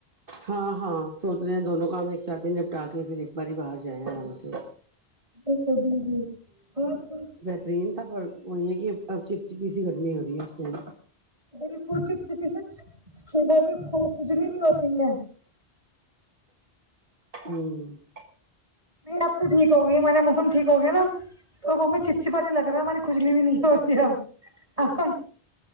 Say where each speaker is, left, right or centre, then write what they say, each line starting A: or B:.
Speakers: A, on the right; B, on the right.
A: ہاں ہاں سوچ رہے ہیں دونوں کام ایک ساتھ ہی نپٹا کے پھر ایک بار باہر جائے ہیں آ سے
B: بلکل بلکل جی
A: ٹرین تھا پر وہ ہے کہ اب چپ چپی سی گرمی ہو رہی ہے اس ٹائم
B: بالکل چپ چپی چیزوں کھو کھجلی بھی ہوتی ہے
A: ہوں
B: نہیں اب تو ٹھیک ہوگئی میںنے موسم ٹھیک ہو گیا نا تو وہ میں چپ چپا نہیں لگ رہا ہماری کھجلی بھی نہیں ہوتی اب